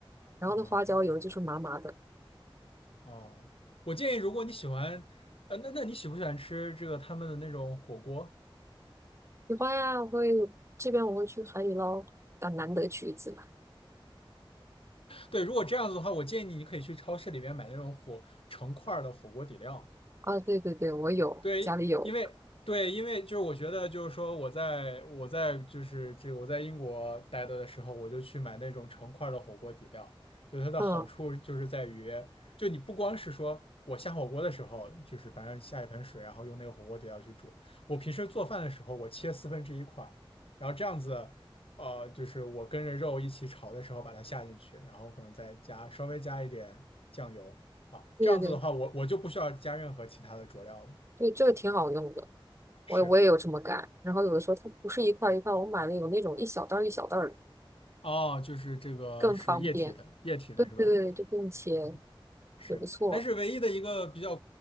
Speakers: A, on the right; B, on the left.
A: 然后那花椒油就是麻麻的。
B: 啊、哦，我建议，如果你喜欢，呃，那那你喜不喜欢吃这个他们的那种火锅？
A: 喜欢呀，我会这边我会去海底捞，但难得去一次吧。
B: 对，如果这样子的话，我建议你，你可以去超市里面买那种火成块儿的火锅底料，
A: 啊，对对对，我有，
B: 对，
A: 家里有。
B: 因为对，因为就是我觉得就是说我在我在就是这个我在英国待的的时候，我就去买那种成块儿的火锅底料，就它的好处就是在于，
A: 嗯，
B: 就你不光是说我下火锅的时候，就是反正下一盆水，然后用那个火锅底料去煮，我平时做饭的时候，我切四分之一块儿然后这样子。呃，就是我跟着肉一起炒的时候，把它下进去，然后可能再加稍微加一点酱油啊，
A: 对对对
B: 这样子的话，我我就不需要加任何其他的佐料了。
A: 对，这个挺好用的。
B: 是
A: 我我也有这么干。然后有的时候它不是一块儿一块儿我买了有那种一小袋儿一小袋儿的，
B: 哦，就是这个是液体的，
A: 更方便。
B: 液体的是吧？
A: 对对对，就不用切，
B: 嗯，是。
A: 也不错。
B: 但是唯一的一个比较